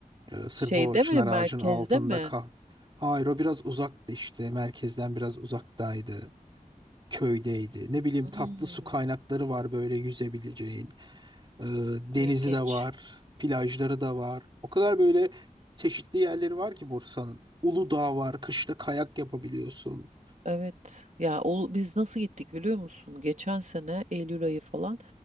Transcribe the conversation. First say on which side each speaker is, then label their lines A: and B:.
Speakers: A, on the right (about 35°); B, on the right (about 60°).
A: E, sırf
B: Şeyde
A: o çınar
B: mi, merkezde
A: ağacının altında
B: mi?
A: kah. Hayır o biraz uzaktı işte. Merkezden biraz uzaktaydı. Köydeydi. Ne bileyim
B: Hmm,
A: tatlı su kaynakları var böyle yüzebileceğin. Ee, denizi
B: ilginç.
A: de var, plajları da var. O kadar böyle çeşitli yerleri var ki Bursa'nın. Uludağ var, kışta kayak yapabiliyorsun.
B: Evet ya o, biz nasıl gittik biliyor musun? Geçen sene Eylül ayı falan